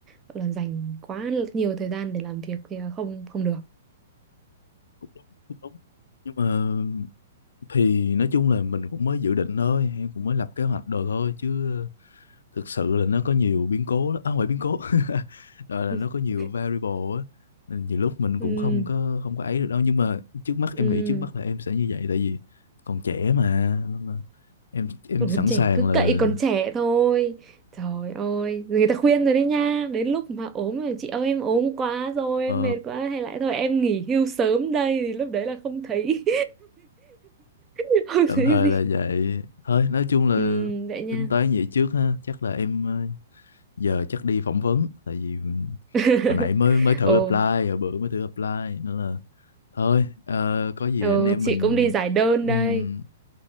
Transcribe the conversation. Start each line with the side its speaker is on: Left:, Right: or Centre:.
Right: gọi là dành quá nhiều thời gian để làm việc thì là không không được.
Left: cũng đúng cũng đúng nhưng mà thì nói chung là mình cũng mới dự định thôi em cũng mới lập kế hoạch đồ thôi chứ thực sự là nó có nhiều biến cố lắm. à, không phải biến cố <laughs> rồi là
Right: <laughs>
Left: nó có nhiều variable á nên nhiều lúc mình
Right: Ừ,
Left: cũng không có không có ấy được đâu nhưng mà trước mắt
Right: ừ.
Left: em nghĩ trước mắt là em sẽ như vậy tại vì còn trẻ mà nên là em em
Right: Ừ,
Left: sẵn
Right: trẻ
Left: sàng
Right: cứ
Left: là
Right: cậy còn trẻ thôi trời ơi người ta khuyên rồi đấy nha đến lúc mà ốm rồi chị ơi em ốm quá rồi
Left: Ờ,
Right: em mệt quá hay lại thôi em nghỉ hưu sớm đây thì lúc đấy là không thấy <laughs> không
Left: tạm
Right: thấy
Left: thời
Right: gì
Left: là vậy thôi nói chung là
Right: Ừm, vậy nha
Left: tính toán vậy trước ha chắc là em ờ, giờ chắc đi phỏng vấn tại vì
Right: <laughs>
Left: hồi nãy mới mới thử
Right: ồ
Left: apply hồi bữa mới thử apply nên là thôi ờ, có gì
Right: ừ,
Left: anh em
Right: chị
Left: mình
Right: cũng đi giải đơn đây
Left: Ừm,